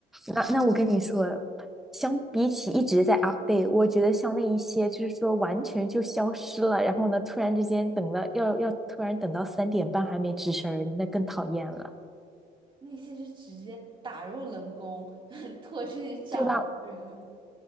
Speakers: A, in the centre; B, on the right.
A: 那那我跟你说，相比起一直在 update，我觉得像那一些就是说完全就消失了，然后呢，突然之间等了要要突然等到三点半还没吱声儿的，那更讨厌了，
B: 那些是直接打入冷宫，<laughs> 拖出去掌人。
A: 对吧？